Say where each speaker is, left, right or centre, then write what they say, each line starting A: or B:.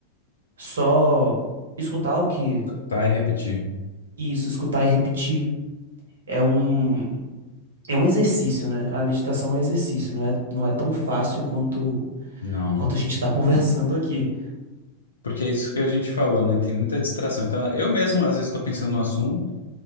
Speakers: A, on the right (about 65°); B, on the left (about 70°).
A: só escutar o que,
B: vai repetir.
A: isso, escutar e repetir. É um, é um exercício, né? A meditação é um exercício, não é, não é tão fácil quanto,
B: Não.
A: quanto a gente está <laughs> conversando aqui.
B: Porque é isso que a gente falou, né? Tem muita distração. Então, eu mesmo, às vezes, estou pensando num assunto,